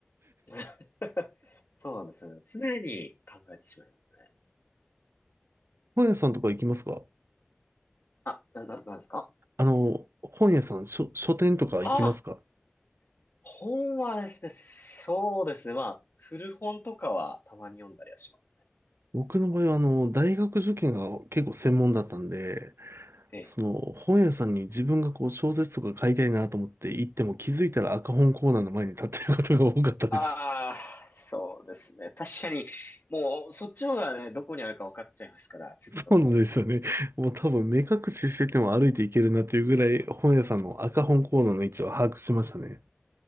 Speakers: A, on the left; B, on the right.
A: <laughs> そうなんですよね。常に考えてしまいますね。
B: <laughs> 本屋さんとか行きますか
A: あ、な、な、なんですか
B: あの、本屋さん、書、書店とか行きますか
A: ああ本はですね、そうですね。まあ、古本とかはたまに読んだりはしますね。
B: 僕の場合は、あの、大学受験が結構専門だったんで、
A: ええ。
B: その、本屋さんに自分がこう、小説とか買いたいなと思って行っても気づいたら赤本コーナーの前に立ってることが多かったです。
A: ああ、そうですね。確かに、もう、そっちの方がね、どこにあるか分かっちゃいますから、すっとこう。
B: そうなんですよね。もう多分目隠ししてても歩いていけるなというぐらい本屋さんの赤本コーナーの位置を把握しましたね。